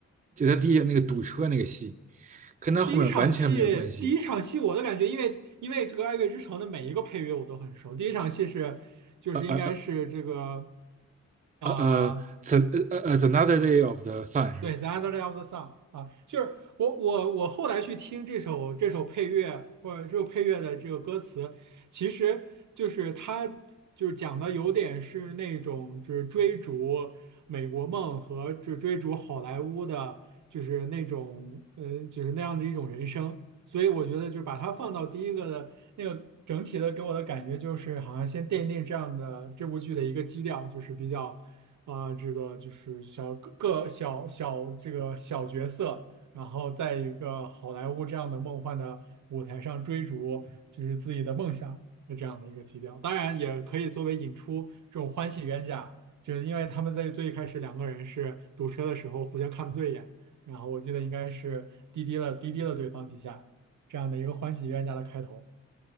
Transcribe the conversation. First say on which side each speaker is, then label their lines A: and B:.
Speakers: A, on the right; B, on the right.
A: 就他第一那个堵车那个戏，跟他后面完全没有关系。
B: 第一场戏，第一场戏我的感觉，因为因为这个《爱乐之城》的每一个配乐我都很熟。第一场戏是，就是应该是这个
A: 呃呃
B: 啊、
A: 呃呃呃，the
B: 呃
A: 呃呃 t h another day of the sun 是吧？
B: 对，The Other Day of the Sun 啊，就是我我我后来去听这首这首配乐或者这首配乐的这个歌词，其实就是它就是讲的有点是那种就是追逐美国梦和就追逐好莱坞的，就是那种嗯就是那样的一种人生，所以我觉得就把它放到第一个的那个整体的给我的感觉就是好像先奠定这样的这部剧的一个基调，就是比较。啊、呃这个就是小个小小这个小角色，然后在一个好莱坞这样的梦幻的舞台上追逐，就是自己的梦想的这样的一个基调。当然，也可以作为引出这种欢喜冤家，就是因为他们在最一开始两个人是堵车的时候互相看不对眼，然后我记得应该是滴滴了滴滴了对方几下，这样的一个欢喜冤家的开头